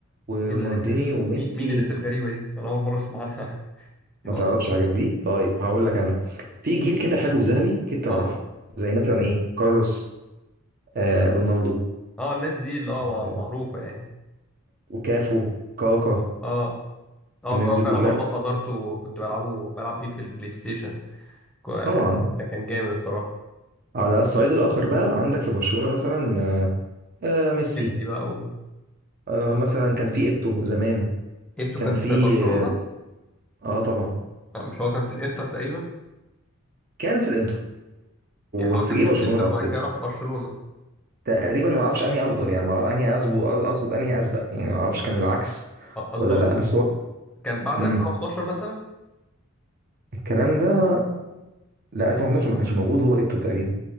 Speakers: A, on the right; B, in the centre.
A: ورونالدينيو
B: ايه ده ايه ده
A: وميسي
B: مين مين الناس الغريبة دي؟ أنا أول مرة أسمع عنها <laughs> دي
A: ما
B: موجودة
A: تعرفش الحاجات دي طيب هقول
B: لا.
A: لك انا في جيل كده حلو ذهبي اكيد تعرفه
B: اه
A: زي مثلا ايه كارلوس آه رونالدو
B: اه الناس دي اللي هو
A: آه
B: مع- معروفة يعني
A: وكافو كاكا
B: اه اه
A: الناس
B: كاكا
A: دي كلها
B: أنا برضه حضرته وكنت بلعبه بلعب بيه في البلاي ستيشن كو-
A: طبعا
B: كان جامد الصراحة
A: على الصعيد الاخر بقى عندك في برشلونة مثلا آه ميسي
B: ميسي بقى و...
A: آه مثلا كان في ايتو زمان
B: ايتو
A: كان
B: كان
A: في
B: في برشلونة
A: اه آه طبعا
B: آه، مش هو كان في الانتر تقريبا
A: كان في الانتر
B: يعني هو
A: بس
B: كان
A: جه
B: في
A: برشلونة
B: الانتر
A: بعد
B: وبعد
A: كده
B: كده راح برشلونة
A: تقريبا ما اعرفش انهي افضل يعني ما اعرف انهي اظبط اقصد انهي اسبق يعني ما اعرفش كان العكس
B: اظن
A: ولا لا بس هو
B: كان بعد
A: امم
B: 2011 مثلا
A: الكلام ده لا 2011 ما كانش موجود هو ايتو تقريبا